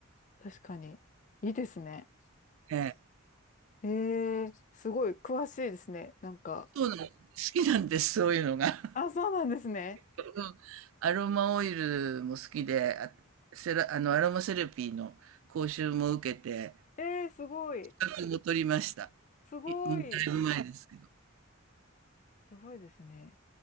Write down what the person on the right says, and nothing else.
ええ。
そうなん、好きなんです、そういうのが。
うん、アロマオイルも好きで、あ、セラ、あの、アロマセラピーの講習も受けて、
資格も取りました。
いもうだいぶ前ですけど。